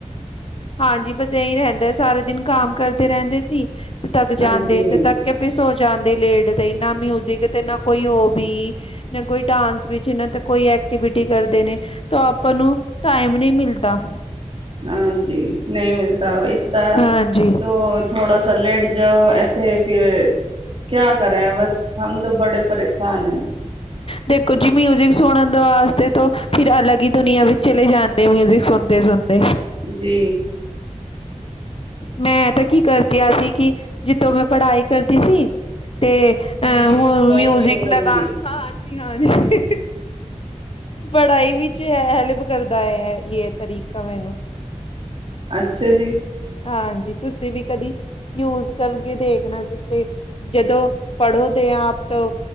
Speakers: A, on the left; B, on the right.
A: ਹਾਂਜੀ, ਬਸ ਇਹੀ ਰੈਹਦੈਂ ਸਾਰੇ ਦਿਨ ਕਾਮ ਕਰਦੇ ਰੈਂਦੇ ਸੀ ਤੇ ਤੱਕ
B: ਹਾਂਜੀ।
A: ਜਾਂਦੇ ਤੇ ਤੱਕ ਕਿ ਫੇਰ ਸੋ ਜਾਂਦੇ ਲੇਟਦੇਈ, ਨਾ ਮਿਊਜਿਕ ਤੇ ਨਾ ਕੋਈ ਓਵੀ ਨਾ ਕੋਈ ਡਾਂਸ ਵਿੱਚ ਨਾ ਤੇ ਕੋਈ ਐਕਟੀਵਿਟੀ ਕਰਦੇ ਨੇ, ਤਾਂ ਆਪਾਂ ਨੂੰ ਟਾਈਮ ਨਈਂ ਮਿਲਦਾ।
B: ਹਾਂਜੀ, ਨਈਂ ਮਿਲਤਾ
A: ਹਾਂਜੀ
B: ਤੋ ਥੋੜਾ ਸਾ ਲੇਟ ਜਾਓ, ਇੱਥੇ ਫੇਰ ਕਯਾ ਕਰੈਂ ਬਸ, ਹਮ ਤੋਂ ਬੜੇ ਪਰੇਸਾਨ ਐ।
A: ਦੇਖੋ ਜੀ ਮਿਊਜਿਕ ਸੁਣਨ ਦੇ ਵਾਸਤੇ ਤੋ ਫਿਰ ਅਲਗ ਈ ਦੁਨੀਆਂ ਵਿੱਚ ਚਲੇ ਜਾਂਦੇ ਮਿਊਜਿਕ ਸੁਣ ਤੇ ਸੁਨਦੇ
B: ਜੀ।
A: ਮੈਂ ਤਾਂ ਕੀ ਕਰਦੀਆਂ ਸੀ, ਕਿ ਜਿੱਦੋਂ ਮੈਂ ਪੜਾਈ ਕਰਦੀ ਸੀ ਤੇ ਅਹ
B: ਮਿਊਜ਼ਿਕ
A: ਹੁਣ
B: ਦੀ ਬਾਤ
A: ਮਿਊਜ਼ਿਕ
B: ਈ ਹੀ ਹੋਰ ਹੁਨਦੀ
A: ਲਗਾ
B: ਐ।
A: <unintelligible> ਪੜ੍ਹਾਈ ਵਿੱਚ ਐ ਹੈਲਪ ਕਰਦਾ ਐ, ਯੇ ਤਰੀਕਾ ਮੈਨੂੰ।
B: ਅੱਛਾ ਜੀ।
A: ਹਾਂਜੀ, ਤੁਸੀਂ ਵੀ ਕਦੀ ਯੂਜ ਕਰਗੇ ਦੇਖਣਾ ਸੀ ਤੇ ਜਦੋਂ ਪੜ੍ਹੋ ਦੇ ਆ ਆਪ ਤੋਂ